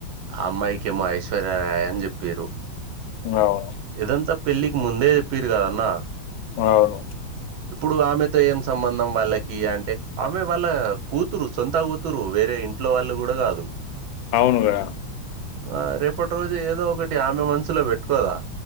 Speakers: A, on the right (about 85°); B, on the left (about 75°).
A: అమ్మాయికేమో ఐశ్వర్యారయ అని చెప్పిరు
B: అవును
A: ఇదంతా పెళ్ళికి ముందే చెప్పిరు కదా అన్న
B: అవును
A: ఇప్పుడు ఆమెతో ఏం సంబంధం వాళ్ళకి అంటే ఆమె వాళ్ళ కూతురు సొంత కూతురు వేరే ఇం ఇంట్లో వాళ్ళు కూడా కాదు
B: అవును కదా
A: ఆ రేపటి రోజు ఏదో ఒకటి ఆమె మనసులో పెట్టుకోదా